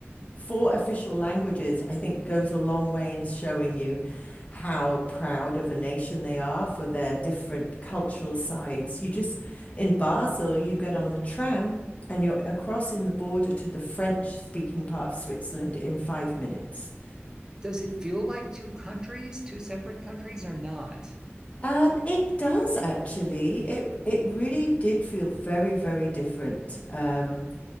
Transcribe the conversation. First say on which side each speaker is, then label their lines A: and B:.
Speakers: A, on the left; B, on the right.
A: four official languages, I think, goes a long way in showing you how proud of a nation they are for their different cultural sides. You just, in Basel, you get on the tram and you're across in the border to the French-speaking part of Switzerland in five minutes.
B: Does it feel like two countries, two separate countries, or not?
A: Um, it does actually. It it really did feel very, very different. Um,